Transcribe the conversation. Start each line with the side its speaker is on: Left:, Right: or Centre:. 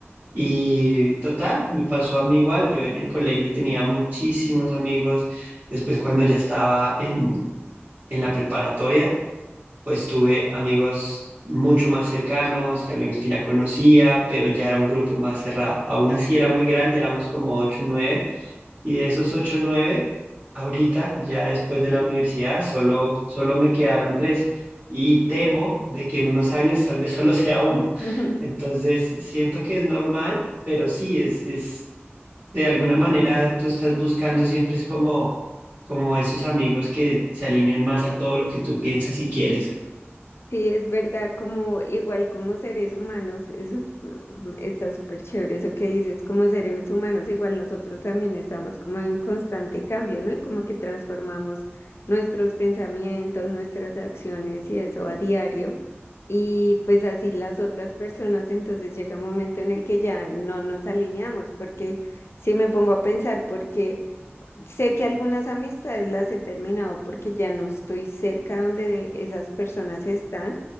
Right: Y total, me pasó a mí igual. Yo en el colegio tenía muchísimos amigos. Después cuando ya estaba en, en la preparatoria, pues tuve amigos mucho más cercanos que amigos que ya conocía, pero ya era un grupo más cerrado. Aún así era muy grande, éramos como ocho o y de esos ocho, nueve, ahorita, ya después de la universidad, solo, solo me quedaron tres. Y temo de que en unos años tal vez <laughs> solo sea uno.
Left: <laughs>
Right: Entonces, siento que es normal, pero sí, es, es de alguna manera tú estás buscando siempre es como, como esos amigos que se alinean más a todo lo que tú piensas y quieres.
Left: Sí, es verdad, como igual como seres humanos, eso mm, está súper chévere eso que dices, como seres humanos, igual nosotros también estamos como en constante cambio, ¿no? Y como que transformamos nuestros pensamientos, nuestras acciones y eso a diario. Y pues así las otras personas, entonces llega un momento en el que ya no nos alineamos, porque si me pongo a pensar, porque sé que algunas amistades las he terminado porque ya no estoy cerca donde esas personas están.